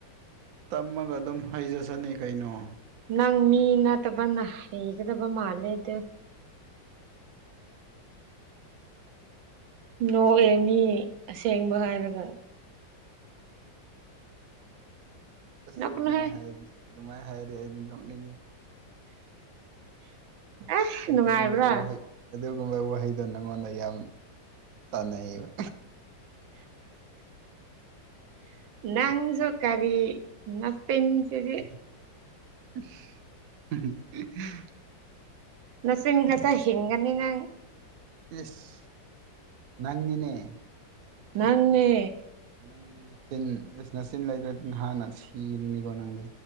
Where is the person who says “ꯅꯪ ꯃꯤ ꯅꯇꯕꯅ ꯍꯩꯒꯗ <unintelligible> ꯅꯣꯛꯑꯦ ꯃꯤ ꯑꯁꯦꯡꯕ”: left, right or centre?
Right